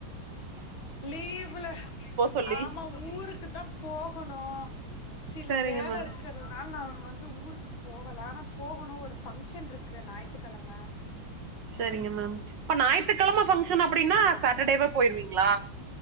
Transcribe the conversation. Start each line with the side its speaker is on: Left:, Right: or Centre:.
Left: லீவுல
Right: சொல்லி
Left: ஆமா ஊருக்குதா போகணு சில
Right: சரிங்க
Left: வேலருக்கு
Right: மேம்
Left: க்கறதுனால நானு வந்து ஊருக்கு போகல ஆனா போகுணு ஒரு ஃபங்க்ஷன் ருக்கு ஞாயித்துக் கெழம
Right: சரிங்க மேம் இப்ப ஞாயித்துக் கெழம ஃபங்க்ஷன் அப்டினா சாட்டர்டேவே போயிருவிங்ளா